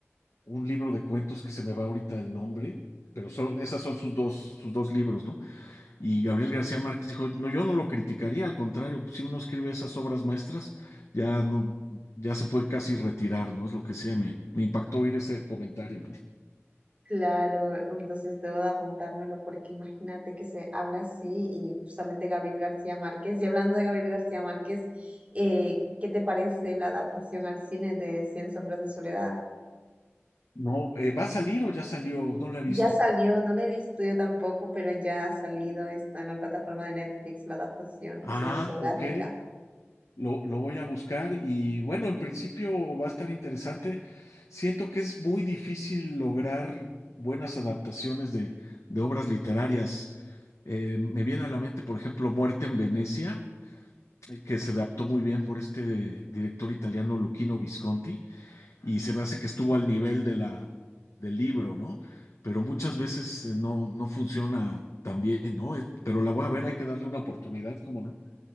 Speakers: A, on the left (about 80°); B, on the right (about 25°).
A: un libro de cuentos que se me va ahorita el nombre, pero solo, esas son sus dos, sus dos libros, ¿no? Y Gabriel García Márquez dijo, no, yo no lo criticaría, al contrario, pues, si uno escribe esas obras maestras, ya no, ya se puede casi retirar, ¿no? Es lo que sea, me, me impactó oír ese comentario, ¿no?
B: Claro, entonces debo de apuntármelo porque imagínate que se habla así y justamente Gabriel García Márquez. Y hablando de Gabriel García Márquez, eh, ¿qué te parece la adaptación al cine de Cien Sombras de Soledad?
A: No, eh, ¿va a salir o ya salió? No lo he visto.
B: Ya salió, no la he visto yo tampoco, pero ya ha salido, está en la plataforma de Netflix, la adaptación
A: Ah,
B: cinematográfica.
A: ok. Lo, lo voy a buscar y bueno, en principio va a estar interesante. Siento que es muy difícil lograr buenas adaptaciones de, de obras literarias. Eh, me viene a la mente, por ejemplo, Muerte en Venecia, eh, que se adaptó muy bien por este director italiano Luchino Visconti, y se me hace que estuvo al nivel de la, del libro, ¿no? Pero muchas veces eh, no, no funciona tan bien, ¿no? Eh, Pero la voy a ver, hay que darle una oportunidad, ¿cómo no?